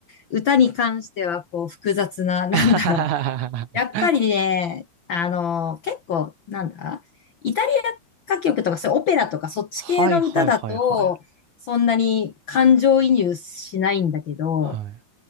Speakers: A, on the left; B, on the right.
A: 歌に関してはこう複雑な、なんだろう。
B: <laughs>
A: やっぱりね、あの、結構、なんだ、イタリア歌曲とか、そういうオペラとか、そっち系の歌だと、
B: はいはいはいはい。
A: そんなに感情移入しないんだけど、
B: はい。